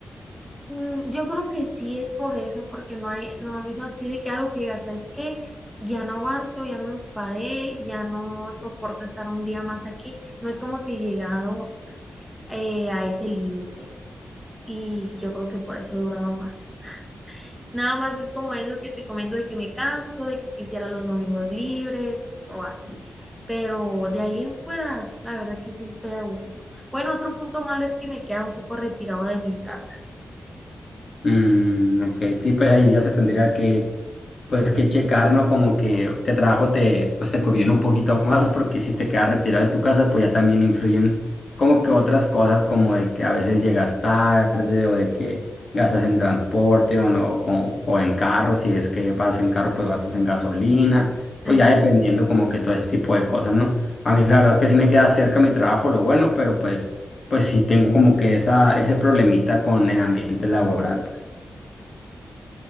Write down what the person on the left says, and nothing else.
Mm, ok, sí, pues ahí ya se tendría que, pues que checar, ¿no? Como que qué trabajo te, pues te conviene un poquito más, porque si te quedas retirado de tu casa, pues ya también influyen como que otras cosas, como de que a veces llegas tarde o de que gastas en transporte o, no, o, o en carro, si es que vas en carro, pues gastas en gasolina,
pues ya dependiendo como que todo ese tipo de cosas, ¿no? A mí la verdad es que sí me queda cerca mi trabajo, lo bueno, pero pues, pues sí tengo como que esa, ese problemita con el ambiente laboral, pues.